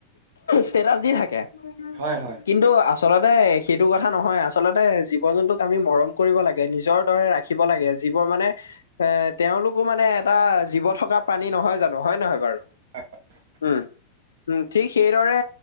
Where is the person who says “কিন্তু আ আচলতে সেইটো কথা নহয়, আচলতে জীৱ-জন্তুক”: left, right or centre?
Left